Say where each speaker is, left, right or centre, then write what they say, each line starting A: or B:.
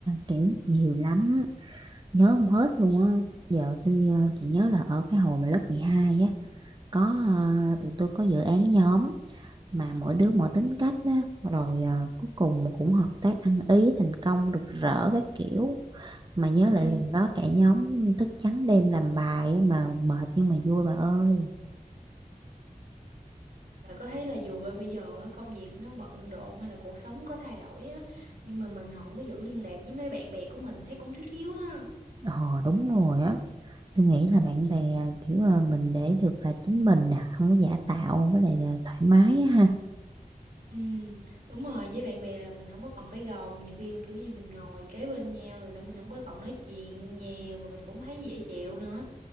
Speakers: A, on the right; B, on the right.
A: kiểu nhiều lắm nhớ không hết luôn á giờ tôi ờ, chỉ nhớ là ở cái hồi mà lớp 12 á có ờ, tụi tôi có dự án nhóm mà mỗi đứa mỗi tính cách á rồi ờ, cuối cùng cũng hợp tác ăn ý thành công rực rỡ các kiểu mà nhớ lại
B: Ừ.
A: lần đó cả nhóm thức trắng đêm làm bài á, mà mệt nhưng mà vui bà ơi
B: bà có thấy là dù bây giờ á, công việc nó bận rộn hay là cuộc sống nó có thay đổi á nhưng mà mình không có giữ liên lạc với mấy bạn bè của mình thấy cũng thiếu thiếu ha
A: ờ đúng rồi á tôi nghĩ là bạn bè kiểu ờ, mình để được là chính mình nè không có giả tạo với lại là thoải mái á ha
B: Ừ. đúng rồi với bạn bè là mình không có còn phải gồng nhiều khi kiểu như mình ngồi kế bên nhau rồi nữa mình không có còn nói chuyện nhiều mà mình cũng thấy dễ chịu nữa